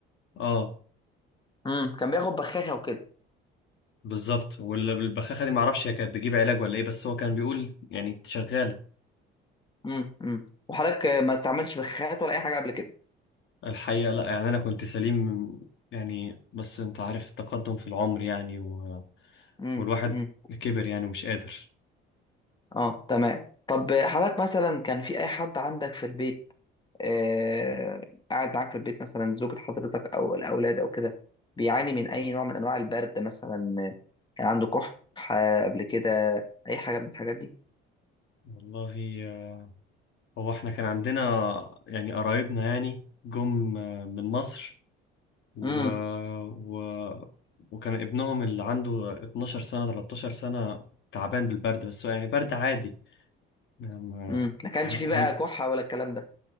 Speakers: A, on the left; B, on the left.
A: اه
B: مم. كان بياخد بخاخه وكده
A: بالظبط والبخاخه دي معرفش هي كانت بتجيب علاج ولا ايه بس هو كان بيقول يعني شغاله
B: مم. مم. وحضرتك آه، ما استعملش بخاخات ولا اي حاجه قبل كده
A: الحقيقه لا يعني انا كنت سليم يعني بس انت عارف التقدم في العمر يعني و...
B: مم.
A: والواحد
B: مم.
A: كبر يعني ومش قادر
B: اه تمام طب آه، حضرتك مثلا كان في اي حد عندك في البيت آه، قاعد معاك في البيت مثلا زوجة حضرتك أو الأولاد أو كده بيعاني من أي نوع من أنواع البرد مثلا آه، كان عنده كحة قبل كده أي حاجة من الحاجات دي
A: والله آه، هو احنا كان عندنا يعني قرايبنا يعني جم آه، من مصر و...
B: امم
A: و... وكان ابنهم اللي عنده 12 سنة 13 سنة تعبان بالبرد بس هو يعني برد عادي يعني ما-
B: امم ما كانش
A: ه-
B: فيه بقى
A: هل
B: كحة ولا الكلام ده